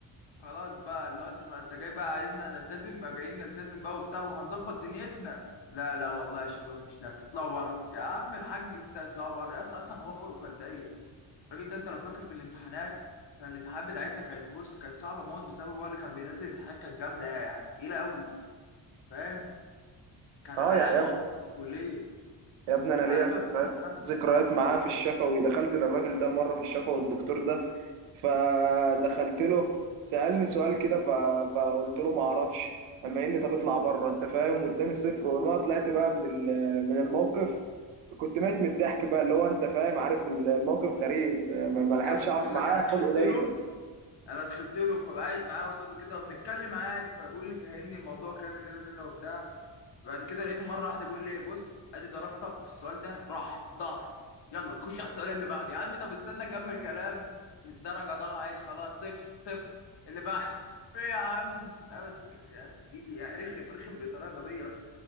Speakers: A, on the left (about 60°); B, on the right (about 80°).
A: خلاص بقى اللي هو انت انت جاي بقى عايزنا نلتزم ما جايين نلتزم بقى وبتاع وهنظبط دنيتنا لا لا والله يا شباب مش نافع اطلعوا بره يا عم الحاج است- اطلعوا بره يس اصلا هو خلقه كان ضيق الراجل ده انت لو فاكر في الامتحانات كان الامتحانات بتاعتنا كانت بص كانت صعبه موت بسبب هو اللي كان بينزل امتحانات كانت جامده يعني تقيله قوي فاهم
B: <laughs>
A: كان
B: اه
A: علامه
B: يا يا
A: اصلا في الكليه
B: يا ابني انا ليا
A: علامه
B: ذكريات
A: في الامتحان.
B: ذكريات معاه في الشفوي دخلت للراجل ده مره في الشفوي الدكتور ده فدخلت له سالني سؤال كده ف... فقلت له ما اعرفش اما قال لي طب اطلع بره انت فاهم واداني صفر وما طلعت بقى من ال... من الموقف كنت ميت من الضحك بقى اللي هو انت فاهم عارف الموقف غريب ما ما لحقتش
A: يا اسطى
B: اقعد
A: بقول
B: معاه
A: لك انا دخلت
B: خلقه ضيق
A: له انا دخلت له فبقعد معاه قصاده كده وبنتكلم عادي فبيقول لي فهمني الموضوع كذا كذا كذا وبتاع بعد كده لقيته مره واحده بيقول لي بص ادي درجتك في السؤال ده راح ضاعت يلا خش على السؤال اللي بعده يا عم طب استنى اكمل كلام الدرجه ضاعت خلاص صفر صفر اللي بعد <laughs> في إيه يا عم لا بس كده- يا سيدي يعني رخم رخم بطريقه غبيه اصلا